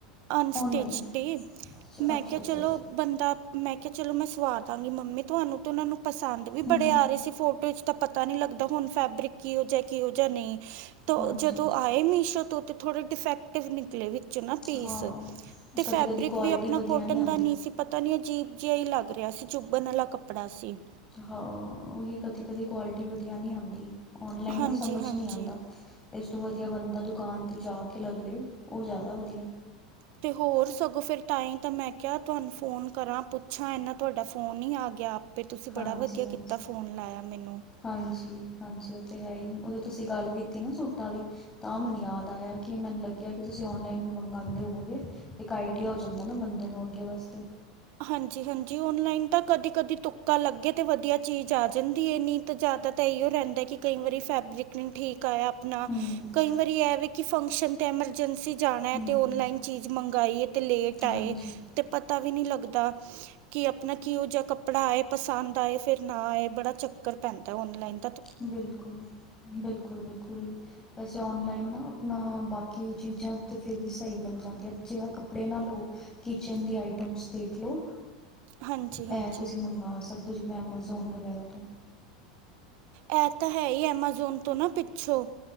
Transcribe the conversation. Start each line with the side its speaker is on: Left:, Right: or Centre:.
Right: ਅਨਸਟਿਚ
Left: ਔਨਲਾਈਨ
Right: ਡੇ
Left: ਅੱਛਾ
Right: ਮੈਂ
Left: ਅੱਛਾ
Right: ਕਿਆ
Left: ਅੱਛਾ
Right: ਚਲੋ ਬੰਦਾ ਮੈਂ ਕਿਆ ਚਲੋ ਮੈਂ ਸਵਾ ਦਾਂਗੀ ਮੰਮੀ ਤੁਹਾਨੂੰ ਤੇ ਉਹਨਾਂ ਨੂੰ ਪਸੰਦ ਵੀ
Left: ਹਮ
Right: ਬੜੇ ਆ ਰਏ ਸੀ ਫੋਟੋ 'ਚ ਤਾ ਪਤਾ ਨਹੀਂ ਲੱਗਦਾ ਹੁਣ ਫੈਬਰਿਕ ਕਿਹੋ ਜਿਹਾ ਕਿਹੋ ਜਿਹਾ ਨਈ ਤਾ
Left: ਹਾਂਜੀ
Right: ਜਦੋਂ
Left: ਹਾਂਜੀ
Right: ਆਏ ਮੀਸ਼ੋ ਤੋ ਥੋੜੇ ਡਿਫੈਕਟਿਵ ਨਿਕਲੇ ਵਿਚੋਂ ਨਾ ਪੀਸ,
Left: ਹਾਂ
Right: ਤੇ
Left: ਕਦੀ
Right: ਫੈਬਰਿਕ
Left: ਕਦੀ ਕੁਆਲਿਟੀ
Right: ਵੀ ਆਪਣਾ
Left: ਵਧੀਆ
Right: ਕੋਟਨ
Left: ਆਉਂਦੀ
Right: ਦਾ ਨਹੀਂ ਸੀ ਪਤਾ ਨੀ ਅਜੀਬ ਜਿਹਾ ਹੀ ਲੱਗ ਰਿਹਾ ਸੀ ਚੁੱਭਣ ਵਾਲਾ ਕੱਪੜਾ ਸੀ
Left: ਹਾਂ, ਉਹੀ ਕਦੀ- ਕਦੀ ਕੁਆਲਿਟੀ ਵਧੀਆ ਨਹੀਂ ਆਉਂਦੀ ਓਨਲਾਈਨ
Right: ਹਾਂਜੀ
Left: ਨਾ ਸਮਝ
Right: ਹਾਂਜੀ
Left: ਨਹੀਂ ਆਉਂਦਾ ਇਸ ਤੋਂ ਵਧੀਆ ਬੰਦਾ ਦੁਕਾਨ ਤੇ ਜਾ ਕੇ ਲੇ ਲਏ, ਉਹ ਜ਼ਿਆਦਾ ਵਧੀਆ
Right: ਤੇ ਹੋਰ ਸਗੋਂ ਫਿਰ ਤਾਂਹੀ ਤਾਂ ਮੈਂ ਕਿਹਾ ਤੁਹਾਨੂੰ ਫੋਨ ਕਰਾਂ ਪੁੱਛਾਂ ਇਨਾ ਤੁਹਾਡਾ ਫੋਨ ਹੀ ਆ ਗਿਆ ਫਿਰ ਤੁਸੀਂ ਬੜਾ
Left: ਹਾਂਜੀ
Right: ਵਧੀਆ
Left: ਹਾਂਜੀ
Right: ਕੀਤਾ ਫੋਨ ਲਾਇਆ ਮੈਨੂੰ
Left: ਹਾਂਜੀ, ਹਾਂਜੀ ਉਹ ਤੇ ਹੈ ਹੀ, ਉਦੋਂ ਤੁਸੀਂ ਗੱਲ ਕੀਤੀ ਨਾ ਸੂਟਾਂ ਦੀ ਤਾਂ ਮੈਨੂੰ ਯਾਦ ਆਇਆ ਕਿ ਮੈਨੂੰ ਲੱਗਿਆ ਕਿ ਤੁਸੀਂ ਓਨਲਾਈਨ ਵੀ ਮੰਗਵਾਉਂਦੇ ਹੋਗੇ ਇੱਕ ਆਈਡੀਆ ਹੋ ਜਾਂਦਾ ਨਾ ਬੰਦੇ ਨੂੰ ਅੱਗੇ ਵਾਸਤੇ
Right: ਹਾਂਜੀ -ਹਾਂਜੀ ਓਨਲਾਈਨ ਤਾਂ ਕਦੀ- ਕਦੀ ਤੁੱਕਾ ਲੱਗੇ, ਤੇ ਵਧੀਆ ਚੀਜ਼ ਆ ਜਾਂਦੀ ਨਹੀਂ ਜਿਆਦਾ ਤਾਂ ਇਓ ਰਹਿੰਦਾ, ਕਿ ਕਈ ਵਾਰੀ ਫੈਬਰਿਕ ਨਹੀਂ ਠੀਕ ਆਇਆ ਆਪਣਾ
Left: ਹਮ
Right: ਕਈ ਵਾਰੀ ਇਹ ਕਿ ਫੰਕਸ਼ਨ ਤੇ ਐਮਰਜਸੀ ਜਾਣਾ ਹੈ,
Left: ਹਮ
Right: ਤੇ ਓਨਲਾਈਨ ਚੀਜ਼ ਮੰਗਾਈ ਹੈ ਤੇ ਲੇਟ ਆਏ
Left: ਹਾਂਜੀ
Right: ਤੇ ਪਤਾ ਵੀ ਨੀ ਲੱਗਦਾ ਕਿ ਆਪਣਾ ਕਿ ਉਹ ਜਿਹਾ ਕੱਪੜਾ ਆਏ ਪਸੰਦ ਆਏ ਫਿਰ ਨਾ ਆਏ, ਬੜਾ ਚੱਕਰ ਪੈਂਦਾ ਓਨਲਾਈਨ
Left: ਬਿਲਕੁੱਲ, ਬਿਲਕੁੱਲ- ਬਿਲਕੁੱਲ ਵੈਸੇ ਔਨਲਾਈਨ ਨਾ ਆਪਣਾ, ਬਾਕੀ ਚੀਜ਼ਾਂ ਤਾਂ ਫਿਰ ਵੀ ਸਹੀ ਮਿਲ ਜਾਂਦੀਆਂ ਜਿਵੇਂ ਕੱਪੜੇ ਨਾਲੋਂ ਕਿਚਨ ਦੀ ਆਈਟਮਸ ਦੇਖ ਲੋ
Right: ਹਾਂਜੀ ਹਾਂਜੀ
Left: ਇਹ ਤੁਸੀਂ ਮੰਗਵਾ ਸਕਦੇ ਹੋ ਜਿਵੇਂ ਐਮਾਜ਼ੋਨ ਵਗੈਰਾ ਤੋਂ
Right: ਇਹ ਤਾਂ ਹੈ ਹੀ ਐਮਾਜ਼ੋਨ ਤੋਂ ਨਾ ਪਿੱਛੋਂ